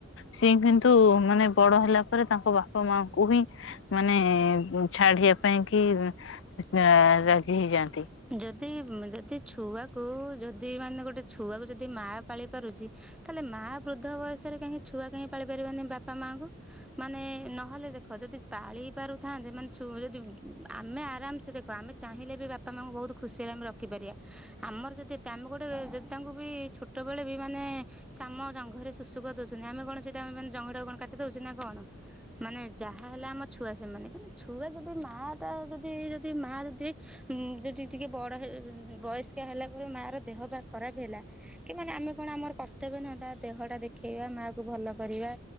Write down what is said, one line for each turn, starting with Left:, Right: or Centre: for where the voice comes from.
Left: ସିଏ କିନ୍ତୁ ମାନେ ବଡ ହେଲା ପରେ ତାଙ୍କ ବାପା ମାଙ୍କୁ ହିଁ ମାନେ ଛାଡିବା ପାଇଁ କି ରା ରାଜି ହେଇଯାଆନ୍ତି।
Centre: ଯଦି ଯଦି ଛୁଆକୁ ଯ ଯଦି ମାନେ ଗୋଟେ ଛୁଆକୁ ଯଦି ମା ପାଳି ପାରୁଛି ତାହେଲେ ମା ବୃଦ୍ଧ ବୟସ କାହିଁକି ଛୁଆ କାହିଁକି ପାଳି ଳି ପାରିବନି ବାପା ମାଆଙ୍କୁ? ମାନେ ନହେଲେ ଦେଖ ଯଦି ପାଳି ପାରୁଥାନ୍ତେ ମାନେ ଛୁ ଯଦି ଆମେ ଆରାମସେ ଦେଖ ଆମେ ଚାହିଁଲେ ବି ବାପା ମାଆଙ୍କୁ ବହୁତ ଖୁସିରେ ଆମେ ରଖିପାରିବା। ଆମର ଯଦି ତାମେ ଗୋଟେ ଯଦି ତାଙ୍କୁ ବି ଛୋଟ ବେଳେ ବି ମାନେ ଶାମ ଜଙ୍ଘରେ ସୁଶୁ କରି ଦଉଛନ୍ତିି ଆମେ କଣ ସେଇଟା ମାନେ ଜଙ୍ଘଟା କଣ କାଟି ଦଉଛେ ନା କଣ? ମାନେ ଯାହା ହେଲା ଆମ ଛୁଆ ସେମାନେ ଯଦି ଛୁଆ ଯଦି ମା ଟା ଯଦି ଯଦି ମା ଯଦି ଯଦି ଟିକିଏ ବଡ଼ ହେଁ ବୟସ୍କା ହେଲା ପରେ ମାଆର ଦେହ ବା ଖରାପ ହେଲା। କି ମାନେ ଆମେ କଣ ଆମର କର୍ତ୍ତବ୍ୟ ନୁହଁ ତା ଦେହ ଟା ଦେଖେଇବା ମା କୁ ଭଲ କରିବା